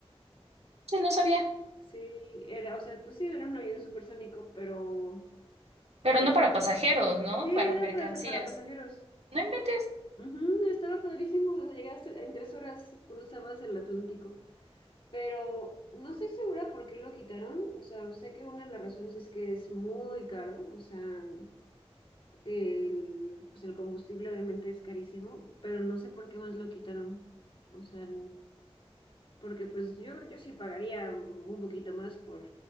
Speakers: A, on the right; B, on the left.
A: sí, no sabía.
B: Sí, era, o sea, pues sí, era un avión supersónico, pero
A: Pero
B: no,
A: no para pasajeros, ¿no?
B: sí, era
A: Para mercancías.
B: para, para pasajeros.
A: No inventes.
B: Ujú, estaba padrísimo, o sea, llegaste en tres horas, cruzabas el Atlántico, pero no estoy segura por qué lo quitaron, o sea, sé que una de las razones es que es muy caro, o sea, el, pues el combustible obviamente es carísimo, pero no sé por qué más lo quitaron, o sea, Porque pues yo, yo sí pagaría un poquito más por